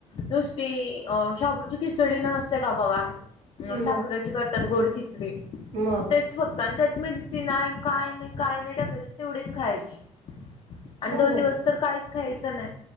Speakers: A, on the left (about 40°); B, on the right (about 80°).
A: नुस ती शाबूची अ खिचडी नसते का बघा,
B: मग
A: साखरेची करतात गोड खिच चडीे
B: मग
A: तेच फक्त, आणि त्यात मिरची नाही, काय नाही काय नाही टाकायच, तेवढीच खायाची आणि
B: बरोबर
A: दोन दिवस
B: आहे
A: तर कायच खायचं नाही